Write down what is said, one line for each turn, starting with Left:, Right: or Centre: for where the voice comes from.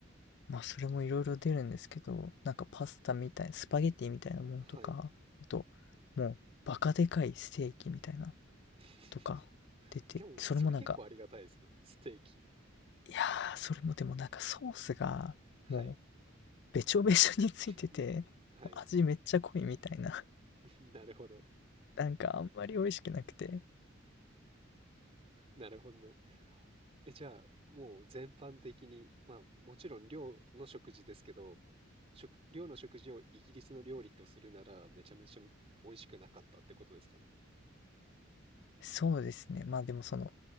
Left: まあそれもいろいろ出るんですけど、なんかパスタみたい、スパゲティみたいなものとか、
Right: はい。
Left: あと、もうバカでかいステーキみたいな
Right: <laughs>
Left: とか出て、
Right: でも、
Left: それもなんか、
Right: それ結構ありがたいですね。ステーキ。
Left: いやー、それもでもなんかソースがもう
Right: はい。
Left: べちょべちょについてて、
Right: <laughs> はい。
Left: 味めっちゃ濃いみたいな、
Right: <laughs> なるほど。
Left: <laughs> なんかあんまり美味しくなくて。
Right: なるほどな。え、じゃあ、もう全般的に、まあ、もちろん寮の食事ですけど、食寮の食事をイギリスの料理とするなら、めちゃめちゃ美味しくなかったってことですかね。
Left: そうですね。まあでもその